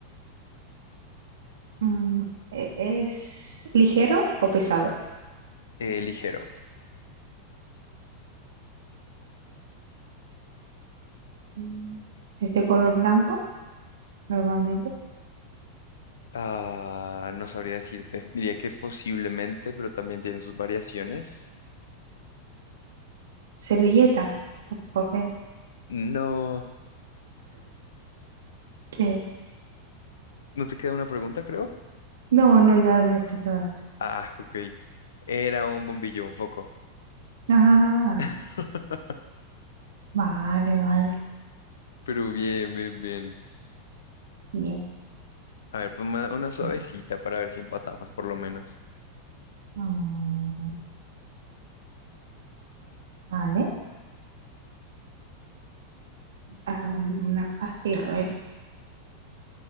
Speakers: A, on the right; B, on the left.
A: mm, e- ¿es ligero o pesado?
B: Eh, ligero.
A: Mm, ¿es de color blanco normalmente?
B: Ah, no sabría decirte. Diría que posiblemente, pero también tiene sus variaciones.
A: ¿Servilleta o papel?
B: No,
A: que
B: no te queda una pregunta, creo.
A: No, no, ya las gasté todas.
B: Ah, ok. Era un bombillo, un foco.
A: Ah,
B: <laughs>
A: vale, vale.
B: Pero bien, bien, bien.
A: Bien,
B: A ver, pues una suavecita
A: a ver.
B: para ver si empatamos por lo menos.
A: Mm, vale. Ah, una fácil, a ver.